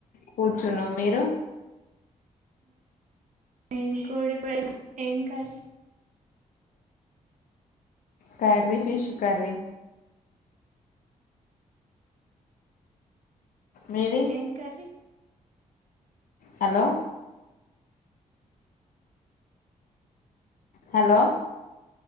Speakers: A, on the left (about 80°); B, on the right (about 60°).
A: కూర్చున్నం మీరు
B: మిము కూడా పొయినాం ఏం కర్రీ
A: కర్రీ ఫిష్ కర్రీ మీది
B: ఏం కర్రీ
A: హలో హలో